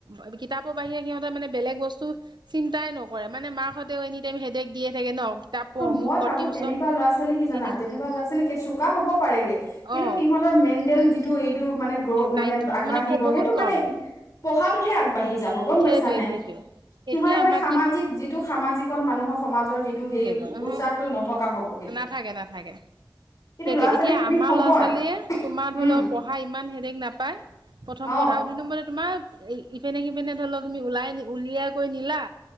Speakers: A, on the right; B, on the left.
A: অ কিতাপৰ বাহিৰে সিহঁতৰ মানে বেলেগ বস্তু চিন্তাই নকৰে মানে মাক হতেও এনি টাইম হেদেক দিয়ে থাকে ন? কিতাপ পঢ়
B: মই
A: মোক কৰ
B: ভাবো
A: টিউচন
B: তেনেকোৱা ল'ৰা- ছোৱালী কি জানা
A: তেনেকুৱা
B: তেনেকোৱা ল'ৰা- ছোৱালী চোকা হ'ব পাৰেগে কিন্তু
A: অ
B: সিহঁত মেণ্টেল যিটো এইটো মানে গ্ৰ মানে
A: নাই
B: আগবাঢ়িব
A: মানে ক বহুত
B: সেইটো মানে
A: কম
B: পঢ়াটোতহে আগবাঢ়ি যাব গম
A: সেইটোৱে
B: পাইছানে
A: সেইটোৱে
B: সিহঁতে
A: এতিয়া
B: মানে
A: আমাৰ
B: সামাজিক
A: কি
B: যিটো সামাজিকত মানুহৰ সমাজৰ যিটো সেই
A: উমহো
B: উৎসাহটো নথকা হ'বগে
A: নাথাকে-নাথাকে
B: কিন্তু
A: সেইটোৱে
B: ল'ৰা ছোৱালীক
A: এতিয়া
B: তুমি
A: আমাৰ
B: সময়
A: ল'ৰা-ছোৱালীয়ে তোমাৰ ধৰি
B: উম
A: লওক পঢ়া ইমান হেডেক নাপায় প্ৰথম
B: অ',
A: কথা আৰু দুই নম্বৰতে তোমাৰ ইপিনে-সিপিনে ধৰি লও তুমি ওলাই উলিয়াই কৈ নিলা